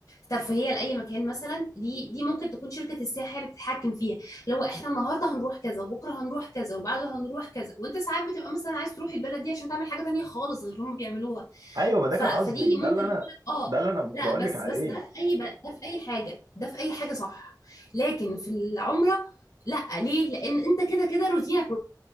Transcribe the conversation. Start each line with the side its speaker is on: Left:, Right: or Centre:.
Left: ترفيهية لأي مكان مثلا دي دي ممكن تكون شركة السياحة هي اللي بتتحكم فيها لو احنا النهاردة هنروح كذا وبكرة هنروح كذا وبعده هنروح كذا وانت ساعات بتبقى مثلا عايز تروح البلد دي عشان تعمل حاجة تانية خالص غير اللي هم بيعملوها
Right: ايوه ما ده كان
Left: ف... فدي
Right: قصدي
Left: ممكن
Right: ده اللي انا
Left: اقول لك اه
Right: ده اللي انا بقول
Left: لا بس
Right: لك عليه
Left: بس ده في أي بلد ده في أي حاجة ده في أي حاجة صح لكن في العمرة لا ليه؟ لأن انت كده كده روتينك